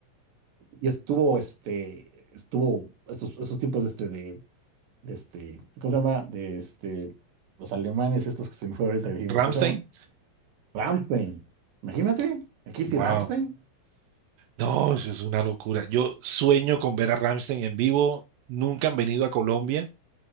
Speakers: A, on the right; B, on the right.
A: y estuvo, este, estuvo esos, esos tipos este de, de este, ¿cómo se llama? De este, los alemanes estos que se me fue ahorita que dijimos,
B: Ramstein.
A: ¿cómo se llama? Ramstein Imagínate, aquí sí
B: Wow.
A: Ramstein
B: No, eso es una locura. Yo sueño con ver a Ramstein en vivo. Nunca han venido a Colombia,